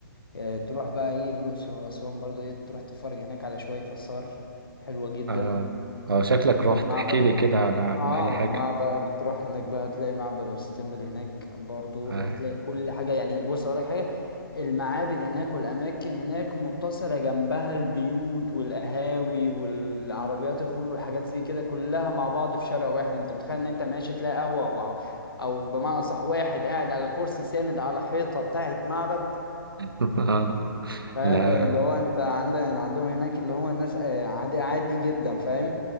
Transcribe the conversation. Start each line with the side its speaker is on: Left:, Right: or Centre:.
Left: أه تروح بقى إيه الأقصر وأسوان برضو إيه تروح تتفرج هناك على شوية آثار حلوة جدا
Right: آه. آه شكلك
Left: آه،
Right: رحت
Left: معبد
Right: احكي لي كده عن عن
Left: اه
Right: أي حاجة
Left: ما بقى بتروح هناك بقى تلاقي معبد السمبل هناك برضو
Right: آه.
Left: بتلاقي كل حاجة يعني بص اقول لك حاجة المعابد هناك والاماكن هناك متصلة جنبها البيوت والقهاوي والعربيات الفول والحاجات زي كده كلها مع بعض في شارع واحد انت متخيل ان انت ماشي تلاقي قهوة او أو بمعنى صح واحد قاعد على كرسي ساند على حيطة بتاعت معبد
Right: <laughs> آه.
Left: فاهم
Right: لا
Left: آه، اللي هو انت عندك عندهم هناك اللي هو الناس آه، عادي عادي جدا فاهم